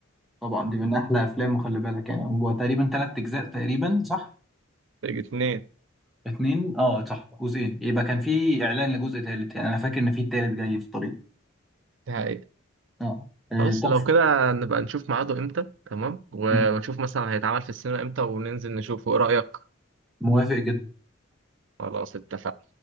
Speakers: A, in the centre; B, on the right.
A: طبعا دي من احلى افلامه خلي بالك يعني هو تقريبا ثلاث اجزاء تقريبا صح
B: الاتنين
A: اتنين اه صح جزئين يبقى كان في اعلان لجزء ثالث يعني انا فاكر ان في ثالث جاي في الطريق
B: ده حقيقة
A: اه آه،
B: خلاص
A: تحفه
B: لو كده نبقى نشوف ميعاده امتى تمام ونشوف
A: مم.
B: مثلا هيتعمل في السينما امتى وننزل نشوفه ايه رأيك
A: موافق جدا
B: خلاص اتفقنا